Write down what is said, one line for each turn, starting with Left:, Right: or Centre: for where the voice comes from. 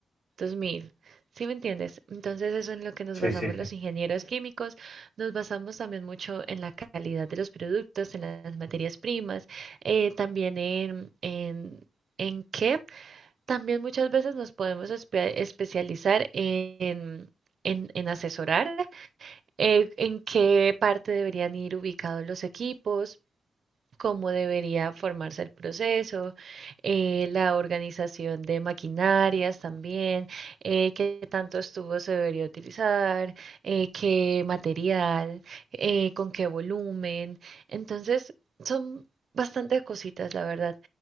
Right: 2000. ¿Sí me entiendes? Entonces eso es en lo que nos
Left: Sí,
Right: basamos
Left: sí, sí.
Right: los ingenieros químicos, nos basamos también mucho en la calidad de los productos, en las materias primas, eh, también en, en, en qué también muchas veces nos podemos espe- especializar en, en, en asesorar, eh, en qué parte deberían ir ubicados los equipos cómo debería formarse el proceso, eh, la organización de maquinarias también, eh, qué tantos tubos se debería utilizar, eh, qué material, eh, con qué volumen. Entonces, son bastantes cositas, la verdad.